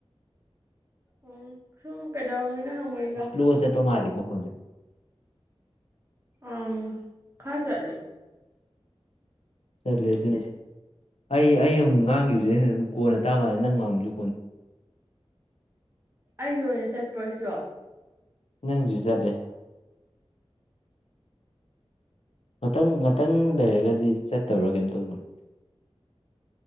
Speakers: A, on the right (about 25°); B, on the left (about 70°).
A: ꯎꯝ ꯁꯨꯝ ꯀꯩꯗꯧꯔꯝꯃꯤꯅꯣ ꯍꯪꯕꯅꯤꯗ
B: ꯏꯁ꯭ꯂꯣ ꯆꯠꯄ ꯃꯥꯜꯂꯤꯀꯣ ꯐꯣꯟꯁꯤ
A: ꯑꯝ ꯈꯔ ꯆꯠꯂꯤ
B: ꯆꯠꯂꯦ ꯑꯗꯨꯅꯤꯁꯦ ꯑꯩ ꯑꯩ ꯑꯃꯨꯛ ꯉꯥꯡꯒꯥꯕꯁꯦ ꯀꯣꯟꯅ ꯇꯥ ꯃꯥꯜꯂꯦ ꯅꯪ ꯉꯥꯡꯕꯖꯨ
A: ꯑꯩꯒꯤ ꯑꯣꯏꯅ ꯆꯠꯄ꯭ꯔꯣ ꯁ꯭ꯂꯣ
B: ꯅꯪ ꯖꯨ ꯆꯠꯂꯦ ꯉꯥꯛꯇꯪ ꯉꯥꯛꯇꯪ ꯂꯩꯔꯒꯗꯤ ꯆꯠꯇꯕ꯭ꯔꯥ ꯀꯩꯝ ꯇꯧꯕꯟ ꯑꯟꯑꯣꯗꯤꯕꯜ